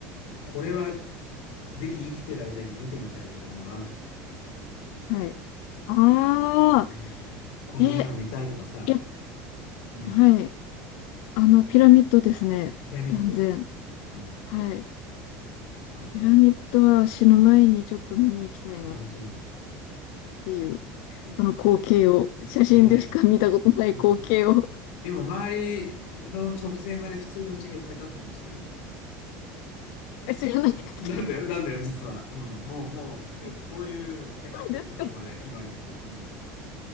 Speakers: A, on the left; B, on the left.
A: これはぜひ生きてる間に見てみたいとかいうものあるの
B: はい。ああ、
A: うん。この絵は見たいとかさ、
B: え、やっ、
A: うん。
B: はい。あの、ピラミッドですね。
A: ピラミッド。
B: 断然。
A: うん。
B: はい。
A: あの、
B: ピラミッドは死ぬ前にちょっと見に行きたいなっ
A: あ、本当に。
B: ていう、
A: ね
B: あの光景を、写真でしか見たことない光景を
A: ねそうそうそう。でも周り、その直前まで普通の家がいっぱい建ってるの知ってる
B: <laughs> 知らないこと
A: なんだよ、なんだよ、実は。うん。もう、もう、そういうのが迫ってるところまで今行くと。
B: <laughs> なんですか
A: うん。